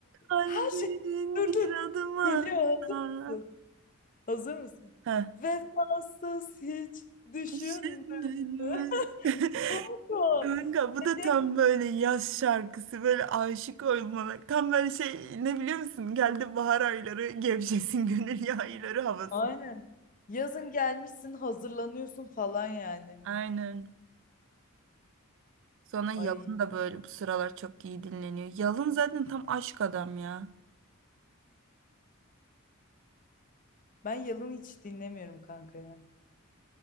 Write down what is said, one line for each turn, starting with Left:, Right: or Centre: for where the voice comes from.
Right: kalbin
Left: Ha şey dur
Right: bir
Left: dur.
Right: adım atsa.
Left: Geliyor hazır mısın? Hazır mısın?
Right: Ha.
Left: Vefasız hiç düşündün
Right: Düşündün
Left: mü?
Right: mü? <laughs>
Left: <laughs> Kanka.
Right: Kanka bu
Left: Dedi.
Right: da tam böyle yaz şarkısı böyle aşık olmalı. Tam böyle şey ne biliyor musun? Geldi bahar ayları gevşesin gönül yayları havası.
Left: Aynen. Yazın gelmişsin hazırlanıyorsun falan yani.
Right: Aynen. Sonra Yalın
Left: Ay
Right: da böyle bu sıralar çok iyi dinleniyor. Yalın zaten tam aşk adam ya.
Left: ben yalın hiç dinlemiyorum kanka ya.